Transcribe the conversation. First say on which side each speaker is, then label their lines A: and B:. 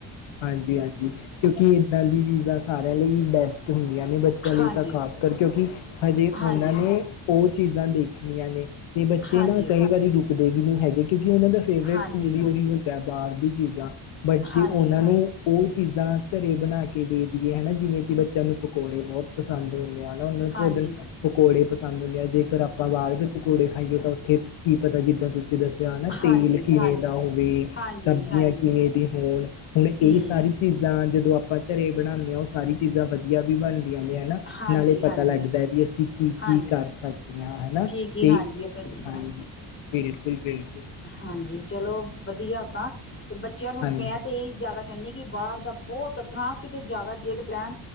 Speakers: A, on the left (about 85°); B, on the left (about 25°).
A: ਹਾਂਜੀ-ਹਾਂਜੀ ਕਿਉਕਿ ਇਦਾਂ ਦੀ ਚੀਜਾ ਸਾਰੇਆਂ ਲਈ ਬੈਸਟ ਹੁੰਦੀਆਂ ਨੇ ਬ- ਚਲ
B: ਹਾਂਜੀ
A: ਏ ਤਾਂ ਖਾਸ ਕਰ ਕੇਉਕਿ, ਹਜੇ
B: ਹਾਂਜੀ
A: ਓਨਾ ਨੇ ਓ ਚੀਜਾ ਦੇਖਣੀਆਂ ਨੇ ਤੇ ਬੱਚੇ
B: ਹਾਂਜੀ
A: ਨਾ ਕਈ ਵਾਰੀ ਰੁਕਦੇ ਵੀ ਨੀ ਹੈਗੇ ਕਿਉਕਿ ਓਨਾ ਦਾ ਫੇਵਰੇਟ
B: ਹਾਂਜੀ
A: ਫੂਡ ਈ ਓਹੀ ਹੁੰਦਾ ਬਾਰ ਦੀ ਚੀਜ਼ਾ ਬਟ
B: ਹਾਂਜੀ
A: ਜੇ, ਓਨਾਂ ਨੂੰ ਓ ਚੀਜ਼ਾ ਘਰੇ ਬਣਾ ਕੇ ਦੇ ਦਿਏ ਹਨਾ, ਜਿਵੇਂ ਕਿ ਬ ਚ ਨੂੰ ਪਕੌੜੇ ਬੋਤ ਪਸੰਦ ਹੁੰਦੇ ਆ ਨਾ, ਓਨਾਂ ਨੂੰ
B: ਹਾਂਜੀ
A: ਭੋਜਨ ਪਕੌੜੇ ਪਸੰਦ ਹੁੰਦੇ ਆ, ਜੇਕਰ ਆਪਾਂ ਬਾਰ ਦੇ ਪਕੌੜੇ ਖਾਈਏ ਤਾਂ ਉੱਥੇ, ਕੀ ਪਤਾ ਜਿੱਦਾਂ ਤੁਸੀਂ ਦਸ <unintelligible> ਤੇਲ
B: ਹਾਂਜੀ
A: ਕਿਵੇਂ
B: ਹਾਂ
A: ਦਾ ਹੋਵੇ,
B: ਹਾਂਜੀ
A: ਸਬਜ਼ੀਆਂ
B: ਹਾਂਜੀ
A: ਕਿਵੇਂ ਏਦੀ ਹੋਣ, ਹੁਣ
B: ਹੂੰ
A: ਏ ਸਾਰੀ ਚੀਜ਼ਾਂ ਜਦੋਂ ਆਪਾਂ ਘਰੇ ਬਣਾਨੇ ਆਂ, ਓ ਸਾਰੀ ਚੀਜ਼ਾਂ ਵਧੀ <unintelligible> ਵੀ ਬਣਦੀਆਂ ਨੇ ਆ ਹਨਾ,
B: ਹਾਂਜੀ
A: ਨਾਲੇ ਪਤਾ
B: ਹਾਂਜੀ
A: ਲੱਗਦਾ ਬੀ ਅਸੀਂ ਕੀ-ਕੀ
B: ਹਾਂਜੀ
A: ਕੱਰ ਸਕਦੇ ਆਂ, ਹਨਾ
B: ਕੀ ਕੀ
A: ਤੇ
B: ਹਾਂਜੀ ਆਪਣੇ
A: ਹਾਂਜੀ, ਬਿਲਕੁਲ-ਬਿਲਕੁਲ
B: ਹਾਂਜੀ, ਚਲੋ ਵਧੀਆ ਓਦਾਂ, ਤੇ ਬੱਚੇਆਂ ਨੂੰ
A: ਹਾਂਜੀ
B: ਮੈਂ ਤੇ ਏਈ ਜਾਦਾ ਕਨੇਕੀ ਬਾਰ ਦਾ ਬੋਤ, <unintelligible> ਹਾਂ, ਕਿਤੇ ਜਾਦਾ ਜੇਦ ਪੈਣ